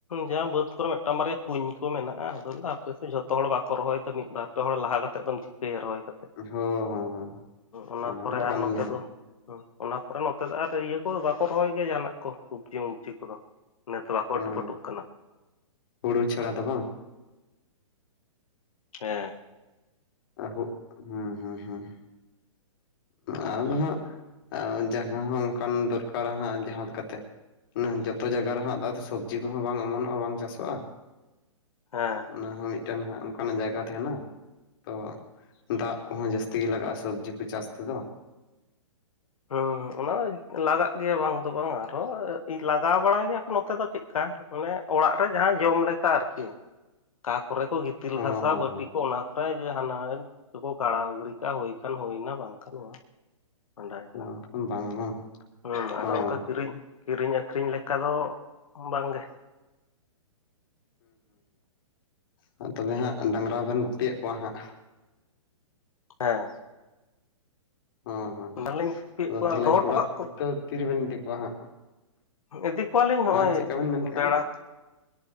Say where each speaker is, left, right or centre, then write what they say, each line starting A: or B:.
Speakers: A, on the left; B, on the left.
A: ᱡᱟ ᱵᱟᱹᱫᱽ, ᱠᱚᱨᱮ ᱢᱤᱫᱴᱟᱝ ᱵᱟᱨᱭᱟ ᱠᱩᱧ ᱠᱚ ᱢᱮᱱᱟᱜᱼᱟ ᱟᱫᱚ ᱞᱟᱹᱭ ᱫᱟᱹᱧ ᱦᱟᱯᱮ ᱥᱮ ᱡᱷᱚᱛᱚ ᱦᱚᱲ ᱵᱟᱠᱚ ᱨᱚᱦᱚᱭ ᱠᱟᱫᱟ ᱢᱤᱫ ᱵᱟᱨ ᱯᱮ ᱦᱚᱲ ᱞᱟᱦᱟ ᱠᱟᱛᱮ ᱫᱚᱢ ᱪᱤᱠᱟᱹᱭᱟ, ᱯᱮᱭᱟ ᱨᱚᱦᱚᱭ ᱠᱟᱛᱮᱜ
B: ᱦᱚᱸ ᱦᱚᱸ ᱦᱚᱸ
A: ᱚᱱᱟ ᱯᱚᱨᱮ
B: ᱦᱚᱸ ᱠᱟᱱ
A: ᱟᱨ ᱱᱚᱛᱮ
B: ᱜᱮᱭᱟ ᱦᱟᱸᱜ
A: ᱫᱚ ᱦᱚᱸ ᱚᱱᱟ ᱯᱚᱨᱮ ᱱᱚᱛᱮ ᱫᱚ ᱟᱨ ᱤᱭᱟᱹ ᱠᱚ ᱵᱟᱠᱚ ᱨᱚᱦᱚᱭ ᱜᱮᱭᱟ ᱡᱟᱦᱟᱱᱟᱜ ᱠᱚ ᱥᱚᱵᱡᱤ ᱢᱳᱵᱡᱤ ᱠᱚᱫᱚ, ᱤᱱᱟᱹ ᱛᱮ ᱵᱟᱠᱚ
B: ᱦᱚᱸ
A: ᱟᱹᱴᱩ ᱯᱟᱹᱴᱩᱜ ᱠᱟᱱᱟ,
B: ᱦᱩᱲᱩ ᱪᱷᱟᱲᱟ ᱫᱚ ᱵᱟᱝ,
A: ᱦᱮᱸ,
B: ᱟᱦᱳᱜᱽ ᱦᱩᱸ ᱦᱩᱸ ᱦᱩᱸ ᱟᱢ ᱟᱦᱟᱸᱜ ᱡᱟᱭᱜᱟ ᱦᱚᱸ ᱚᱱᱠᱟᱱ ᱫᱚᱨᱠᱟᱨᱟ ᱦᱟᱸᱜ ᱡᱟᱦᱟᱸ ᱞᱮᱠᱟᱛᱮ, ᱢᱟᱱᱮ ᱡᱚᱛᱚ ᱡᱟᱭᱜᱟ ᱨᱮᱦᱚᱸ ᱥᱚᱵᱽᱡᱤ ᱠᱚᱦᱚᱸ ᱵᱟᱝ ᱚᱢᱚᱱᱚᱜᱼᱟ ᱵᱟᱝ ᱪᱟᱥᱚᱜᱼᱟ,
A: ᱦᱮᱸ
B: ᱚᱱᱟ ᱦᱚᱸ ᱢᱤᱫᱴᱟᱱ ᱦᱟᱸᱜ ᱚᱱᱠᱟᱱᱟᱜ ᱡᱟᱭᱜᱟ ᱛᱟᱦᱮᱱᱟ᱾ ᱛᱚ ᱫᱟᱜ ᱠᱚᱦᱚᱸ ᱡᱟᱹᱥᱛᱤ ᱜᱮ ᱞᱟᱜᱟᱜᱼᱟ ᱥᱚᱵᱽᱡᱤ ᱠᱚ ᱪᱟᱥ ᱛᱮᱫᱚ
A: ᱦᱩᱸ ᱚᱱᱟ ᱞᱟᱜᱟᱜ ᱜᱮᱭᱟ ᱵᱟᱝ ᱫᱚ ᱵᱟᱝ ᱟᱨᱚ ᱞᱟᱜᱟᱣ ᱵᱟᱲᱟᱭ ᱜᱮᱭᱟ ᱠᱚ ᱱᱚᱛᱮ ᱫᱚ ᱠᱟᱹᱡ ᱠᱟ ᱢᱟᱱᱮ ᱚᱲᱟᱜ ᱨᱮ ᱡᱟᱦᱟᱸ ᱡᱚᱢ ᱞᱮᱠᱟ ᱟᱨᱠᱤ ᱚᱠᱟ ᱠᱚᱨᱮ ᱠᱩ ᱜᱤᱛᱤᱞ
B: ᱦᱚᱸ
A: ᱜᱷᱟᱥᱟ
B: ᱦᱚᱸ
A: ᱵᱟᱹᱴᱤ
B: ᱦᱚᱸ
A: ᱠᱚ ᱚᱱᱟ ᱠᱚᱨᱮ ᱡᱮ ᱦᱟᱱᱟ ᱱᱩᱠᱩ ᱠᱟᱲᱟᱣ ᱜᱤᱲᱤ ᱠᱟᱜᱼᱟ ᱦᱩᱭ ᱠᱷᱟᱱ ᱦᱩᱭᱱᱟ ᱵᱟᱝᱠᱷᱟᱱ ᱵᱟ᱾ ᱢᱟᱸᱰᱟᱭ ᱫᱟ
B: ᱵᱟᱝᱠᱷᱟᱱ ᱵᱟᱝ ᱵᱟᱝ
A: ᱦᱩᱸᱢ ᱟᱫᱚ
B: ᱦᱚᱸ
A: ᱚᱱᱠᱟ ᱠᱤᱨᱤᱧ ᱠᱤᱨᱤᱧ ᱟᱹᱠᱷᱨᱤᱧ ᱞᱮᱠᱟ ᱫᱚ ᱵᱟᱝ ᱜᱮ᱾ <inaudible>
B: ᱦᱚᱸ ᱛᱚᱵᱮ ᱦᱟᱸᱜ ᱰᱟᱝᱨᱟ ᱵᱮᱱ ᱜᱩᱯᱤᱭᱮᱜ ᱠᱚᱣᱟ ᱦᱟᱸᱜ᱾
A: ᱦᱮᱸ᱾
B: ᱦᱮᱸ ᱦᱮᱸ ᱦᱚᱸ
A: ᱚᱱᱟᱞᱤᱧ ᱠᱩᱯᱤᱭᱮᱫ
B: ᱟᱫᱚ
A: ᱠᱚᱣᱟ
B: ᱛᱟᱦᱚᱞᱮ
A: ᱫᱚᱦᱚ ᱦᱚᱴᱚ
B: ᱚᱲᱟᱜ
A: ᱠᱟᱜ
B: ᱠᱚᱛᱮ
A: ᱠᱚ
B: ᱛᱤ ᱨᱮᱵᱤᱱ ᱤᱫᱤ ᱠᱚᱣᱟ ᱦᱟᱸᱜ?
A: ᱤᱫᱤ ᱠᱚᱣᱟᱞᱤᱧ ᱦᱚᱜᱼᱚᱭ
B: ᱦᱮᱸ ᱪᱮᱫ ᱞᱮᱠᱟ ᱵᱮᱱ ᱢᱮᱱ ᱠᱮᱜᱼᱟ
A: ᱵᱮᱲᱟ
B: ᱦᱟᱸᱜ